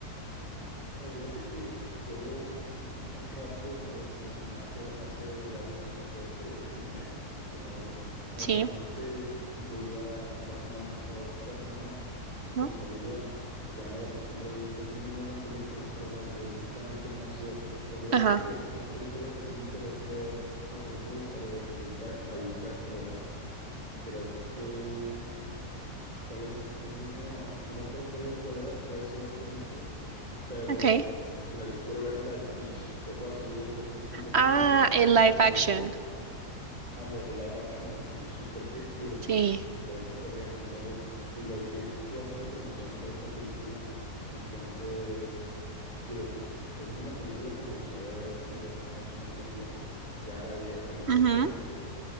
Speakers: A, on the right; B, on the right.
A: Mira, fíjate que llevo un, un rato de no ir al cine, hace, hace varios, creo que un mes que no voy. Normalmente
B: Sí,
A: yo iba pues cada semana, la verdad es que cada semana
B: ¿no?
A: con mi familia eh, teníamos la costumbre de ir pues mínimo una película, pero como que últimamente no hemos ido. Pero fíjate
B: Ajá,
A: que una película que sí me interesa ver, bueno, que sí me gustaría ver, que ahorita la vi en cartelera, creo que, ¿cuál es? ¿Cuál línea? Bueno, no me acuerdo cuál, e- cuál era, puedes decir otra mientras pero
B: ok.
A: la que quiero ver es la de Stitch. Creo que va a salir en poco, en poco
B: Ah,
A: tiempo,
B: el
A: no
B: live
A: sé si la
B: action,
A: viste, and the live action de Stitch, y creo que, digo,
B: sí.
A: su, se ve súper bien, entonces, y lo he he visto bastante promoción de esta película, entonces, digo, es una película que me gustaría ver, digo, no es una película que ya la vi recientemente,
B: Ujú,